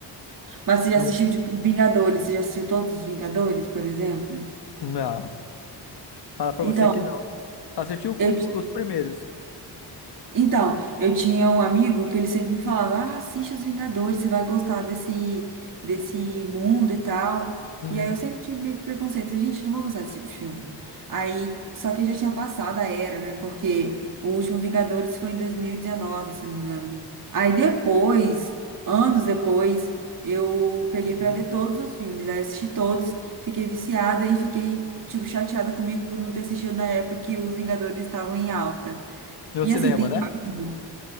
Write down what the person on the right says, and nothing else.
Mas você já
assistiu, tipo, Vingadores? Você já assistiu todos os Vingadores, por exemplo?
Então,
eu
Então, eu tinha um amigo que ele sempre me falava: ah, assiste Os Vingadores, você vai gostar desse, desse mundo e tal.
E aí eu sempre tive meio que preconceito: gente, não vou gostar desse tipo de filme. Aí, só que já tinha passado a era, né? Porque o último Vingadores foi em 2019, se eu não me engano. Aí depois, anos depois, eu peguei
pra ver todos os filmes. Aí eu assisti todos, fiquei viciada e fiquei, tipo, chateada comigo por não ter assistido na época que os Vingadores estavam em alta.
E
assim, tem.
vários. né?